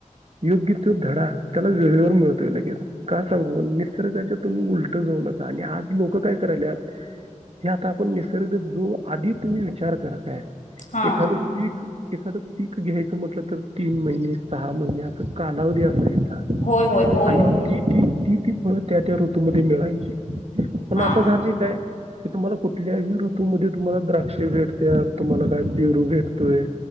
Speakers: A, on the right (about 50°); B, on the left (about 70°).
A: योग्य तो धडा त्याला वेळेवर मिळतोय लगेच का सांगून निसर्गाच्या तुम्ही उलट जाऊ नका आणि आज लोक काय करायले हे आता आपण निसर्ग जो आधी तुम्ही विचार कय
B: हा
A: एखाद पीक एखादं पीक घ्यायचं म्हटलं तर तीन महिने सहा महिने असं कालावधी असायचा
B: होय होय होय
A: आणि
B: होय
A: ती ती ती फळं त्या त्या ऋतूमध्ये मिळायची पण
B: हा
A: आता झाली काय की तुम्हाला कुठल्याही ऋतूमध्ये तुम्हाला द्राक्ष भेटत तुम्हाला काय पेरू भेटतोय